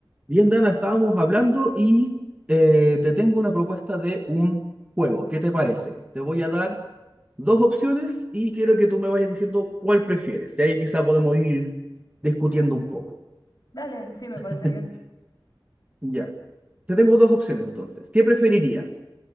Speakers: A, on the right; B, on the left.
A: Bien, Dana, estábamos hablando y eh, te tengo una propuesta de un juego. ¿Qué te parece? Te voy a dar dos opciones y quiero que tú me vayas diciendo cuál prefieres. Y ahí quizá podemos ir discutiendo un poco.
B: Dale, sí, me
A: <laughs>
B: parece bien.
A: Ya. Te tengo dos opciones entonces. ¿Qué preferirías?